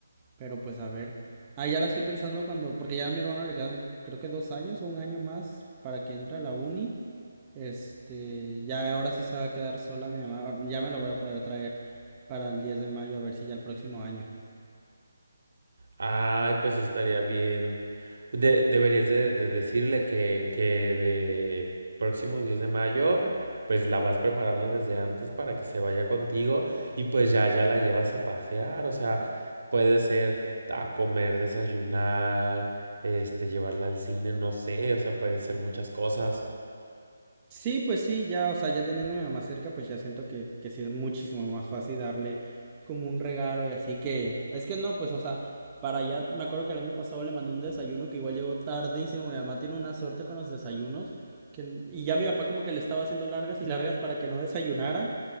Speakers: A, on the right; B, on the right.
A: Pero pues a ver. Ah, ya la estoy pensando cuando, porque ya a mi hermano le quedan creo que dos años o un año más para que entre a la uni. Este, ya ahora sí se va a quedar sola mi mamá. Ya me la voy a poder traer para el 10 de mayo a ver si ya el próximo año.
B: Ay, pues estaría bien. De- deberías de, de decirle que, que de próximo 10 de mayo, pues la vas preparando desde antes para que se vaya contigo y pues ya, ya la llevas a pasear. O sea, puede ser a comer, desayunar, este, llevarla al cine, no sé, o sea, puede ser muchas cosas.
A: Sí, pues sí, ya, o sea, ya teniendo a mi mamá cerca, pues ya siento que, que sí es muchísimo más fácil darle como un regalo y así que, es que no, pues, o sea, para allá, me acuerdo que el año pasado le mandé un desayuno que igual llegó tardísimo, mi mamá tiene una suerte con los desayunos, que, y ya mi papá como que le estaba haciendo largas y largas para que no desayunara,